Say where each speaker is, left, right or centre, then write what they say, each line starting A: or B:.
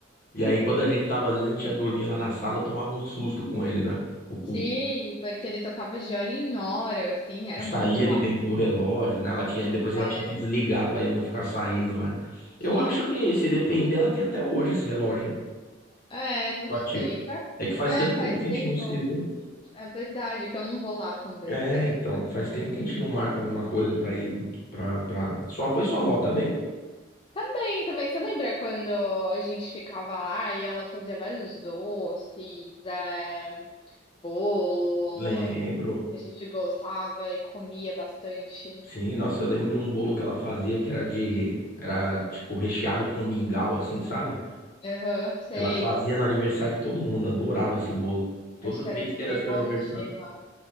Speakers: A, on the left; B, on the left.
A: E aí quando a gente tava, às vezes a gente ia dormir lá na sala, tomava um susto com ele, né? Com o cu.
B: Sim, porque ele tocava de hora em hora, assim, era
A: e saía
B: muito
A: de
B: alto.
A: dentro do relógio, né? Ela tinha, e depois
B: É,
A: ela tinha que desligar para ele não ficar saindo, né?
B: sim.
A: Eu acho que se depender, ela tem até hoje esse relógio, hein?
B: É, não
A: Sua
B: sei.
A: tia. É que faz
B: É,
A: tanto
B: faz
A: tempo que a
B: tempo.
A: gente não se vê.
B: É verdade, que eu não vou lá também.
A: É,
B: Faz muito
A: então, faz
B: tempo.
A: tempo que a gente não marca alguma coisa pra ir pra, pra... Sua avó, e sua avó, tá bem?
B: Também, também. Você lembra quando a gente ficava lá e ela fazia vários doces, é, bolo?
A: Lembro.
B: A gente gostava e comia bastante.
A: Sim, nossa, eu lembro de um bolo que ela fazia que era de... Era, tipo, recheado com mingau, assim, sabe?
B: Aham, sei.
A: Ela fazia no aniversário de todo mundo, adorava esse bolo. Toda
B: Acho que era
A: vez
B: cremogema.
A: que era seu aniversário.